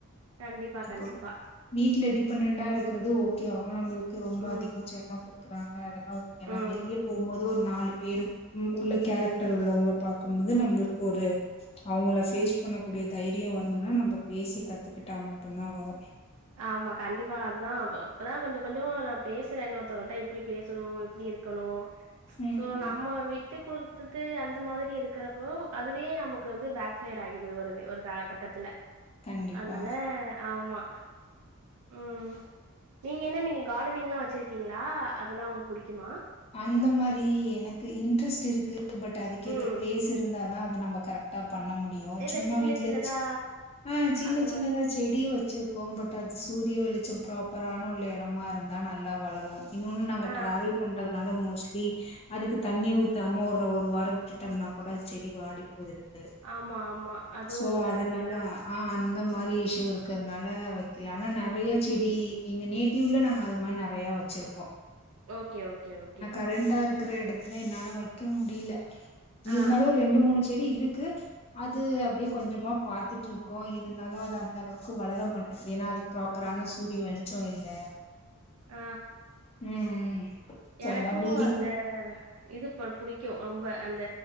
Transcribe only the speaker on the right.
கண்டிப்பா
கண்டிப்பா
ம்
ம்
ஆமா கண்டிப்பா அதுதா இப்பதா கொஞ்சோ கொஞ்சோ நா பேசுறே இன்னொருத்தவங்க கிட்ட எப்டி பேசணு எப்டி இருக் க்கணு
சோ
நம்ம வீட் து குத்துது அந்த மாதிரி இருக்கிறப்போ அதுவே நமக்கு வந்து பேக் ஃபயரா ஆகிடுது ஒரு ஒரு கா கட்டத்துல்ல
அனால ஆமா ம் நீங்க என்ன நீங்க கார்டனிங்லா வச்சுருக்கீங்ளா அதெல்லா ஒங்களுக் புடிக்குமா
ம்
இல்ல
சின்ன
சின்னதா
அந்த
மாரி
ஆ
ஆமா ஆமா அதுவு
கரெக்ட்டு
தா
ஓகே ஓகே ஓகே
ஆ
ஆ
எனக்கு
அந்த இதுப் ப புடிக்கு ரொம்ப அந்த